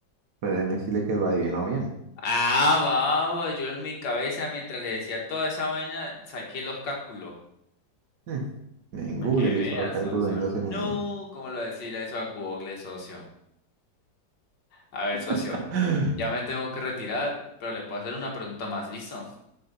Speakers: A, on the right (about 70°); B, on the left (about 80°).
A: Pero déjeme decirle que lo adivinó bien.
B: Ah, vamos, yo en mi cabeza mientras le decía toda esa vaina, saqué los cálculos.
A: Hmm, En
B: Para
A: Google
B: que
A: le
B: veas,
A: hizo los cálculos
B: socio.
A: en dos
B: No,
A: segundos.
B: ¿cómo lo decir eso a Google, socio? A ver, socio,
A: <laughs>
B: ya me tengo que retirar, pero le puedo hacer una pregunta más, ¿listo?